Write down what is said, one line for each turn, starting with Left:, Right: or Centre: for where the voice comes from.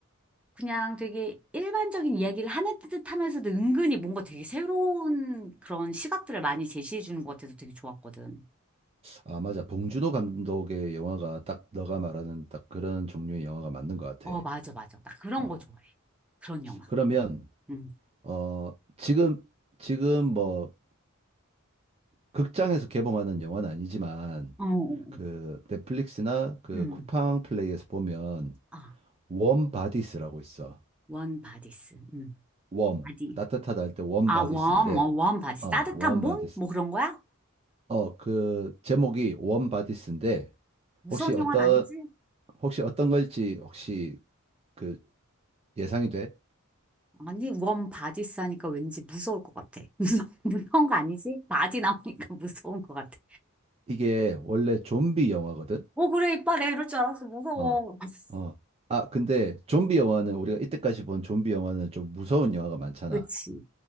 Centre: 그냥 되게 일반적인 이야기를 하는 듯 하면서도 은근히 뭔가 되게 새로운 그런 시각들을 많이 제시해 주는 것 같아서 되게 좋았거든.
Right: 아, 맞아. 봉준호 감독의 영화가 딱 너가 말하는 딱 그런 종류의 영화가 맞는 것 같아.
Centre: 어, 맞아, 맞아. 나 그런
Right: 어.
Centre: 거 좋아해. 그런 영화.
Right: 그러면,
Centre: 응.
Right: 어, 지금, 지금 뭐, 극장에서 개봉하는 영화는 아니지만,
Centre: 어, 어,
Right: 그
Centre: 어.
Right: 넷플릭스나 그
Centre: 응.
Right: 쿠팡 플레이에서 보면
Centre: 아,
Right: 웜 바디스라고 있어.
Centre: 원 바디스. 응.
Right: 웜.
Centre: 바디.
Right: 따뜻하다 할 때 웜
Centre: 아,
Right: 바디스인데
Centre: 원, 어, 원 바디스.
Right: 어,
Centre: 따뜻한
Right: 웜
Centre: 몸?
Right: 바디스.
Centre: 뭐 그런 거야?
Right: 어, 그 제목이 웜 바디스인데
Centre: 무서운
Right: 혹시 어떤
Centre: 영화는 아니지?
Right: 혹시 어떤 걸지 혹시 그 예상이 돼?
Centre: 아니, 원 바디 싸니까 왠지 무서울 것 같아. <laughs> 무서, 무서운 거 아니지? 바디 나오니까 <laughs> 무서운 것 같아.
Right: 이게 원래 좀비 영화거든.
Centre: 어, 그래, 이빨 내 이럴 줄 알았어. 무서워.
Right: 어.
Centre: <laughs>
Right: 어. 아, 근데 좀비 영화는 우리가 이때까지 본 좀비 영화는 좀 무서운 영화가 많잖아.
Centre: 그치.